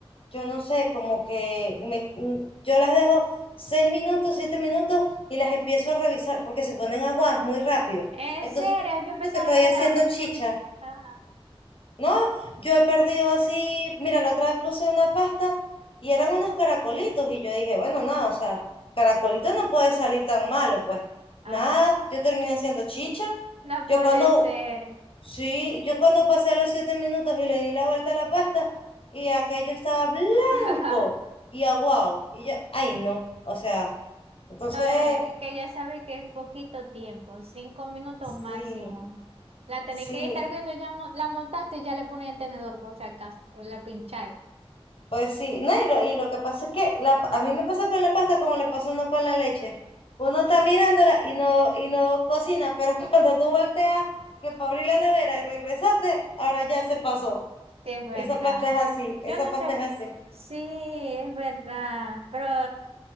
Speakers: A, on the left (about 60°); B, on the right (about 70°).
A: yo no sé, como que me, mm, yo las dejo seis minutos, siete minutos y las empiezo a revisar porque se ponen aguadas muy rápido.
B: En
A: Entonces
B: serio,
A: yo me
B: yo
A: siento
B: pensaba
A: que estoy
B: que
A: haciendo
B: era...
A: chicha,
B: Ah,
A: ¿no? Yo he perdido así, mira, la otra vez puse una pasta y eran unos caracolitos y yo dije, bueno, nada, o sea, caracolito no puede salir tan malo, pues
B: ah,
A: nada, yo terminé haciendo chicha.
B: no
A: Yo
B: puede
A: cuando,
B: ser.
A: Sí, yo cuando pasé los siete minutos y le di la vuelta a la pasta y aquello estaba blanco
B: <laughs>
A: y aguado. Y yo, ay no, o sea, entonces,
B: No, eh, que ya sabe que es poquito tiempo, cinco minutos
A: sí,
B: máximo. La tenéis
A: sí,
B: que estar viendo, ya mo- la montaste y ya le pones el tenedor por si acaso, la pincháis.
A: pues sí. No, y lo, y lo que pasa es que la, pa- a mí me pasa con la pasta como le pasó a uno con la leche. Uno está mirándola y no, y no cocina, pero <laughs> cuando tú volteas que para abrir la nevera y regresaste, ahora ya se pasó.
B: Sí, es verdad.
A: Esa pasta es así, esa
B: Yo no
A: pasta
B: sé.
A: es así.
B: Sí, es verdad. Pero